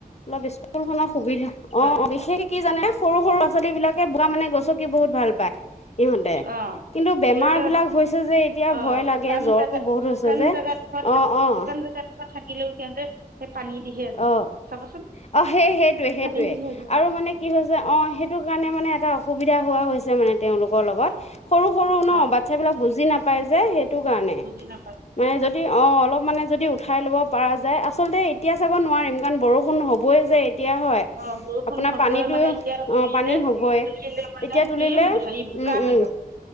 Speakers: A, on the left (about 45°); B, on the right (about 75°).
A: অলপ স্কুল খনৰ সুবিধা অ',
B: হয়
A: অ' বিশেষ কি জানে? সৰু -সৰু লৰা, ছোৱালী বিলাকে বোকা মানে গছকি বহুত ভাল পায় ইহঁতে।
B: অ
A: কিন্তু বেমাৰ
B: সিহঁতে
A: বিলাক হৈছে যে এতিয়া
B: অ
A: ভয়
B: শুকান
A: লাগে। জ্বৰটো
B: জেগা
A: বহুত
B: শুকান
A: হৈছে যে অ',
B: জেগাডোখৰত থাক
A: অ'।
B: শুকান জেগাডোখৰত থাকিলেও সিহঁতে সেই পানী দিহে যায়
A: অ',
B: চাবচোন
A: অ' সেই সেইটোৱে -সেইটোৱে
B: পানী দিহে যায়
A: আৰু মানে কি হৈছে? অ', সেইটো মানে এটা অসুবিধা হোৱা হৈছে মানে, তেওঁলোকৰ লগত
B: হয়
A: সৰু -সৰু ন
B: হয়
A: বাচ্ছা বিলাক বুজি না পায়। সেইটো কাৰণে
B: বুজি নাপায়
A: মানে য'ত যদি অ', অলপ মানে যদি উঠাই ল'ব পৰা যায়। আচলতে এতিয়া চাব নোৱাৰিম কাৰণ বৰষুণ হ'বই এতিয়া যে। হয়
B: অ', বৰষুণ
A: আপোনাৰ
B: হবই
A: পানীটো
B: মানে এতিয়া
A: অঁ
B: তুলিলে,
A: পানী হ'বই
B: তুলিলে মানে
A: এতিয়া তুলিলে
B: কি হেৰি বোকা
A: উম উম
B: হৈ যাব।